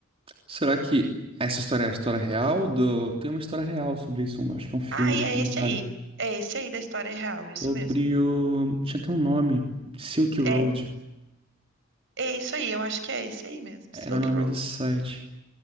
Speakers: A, on the right (about 30°); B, on the right (about 65°).
A: Será que essa história é a história real do... Tem uma história real sobre isso, um- acho que é um filme,
B: Ah, e
A: um
B: é
A: documentário.
B: esse aí. É esse aí da história real, isso
A: Sobre
B: mesmo.
A: o... Tinha até um nome. Silk Road.
B: É, é isso aí, eu acho que é esse aí mesmo,
A: Era
B: Silk
A: o nome
B: Road.
A: do site.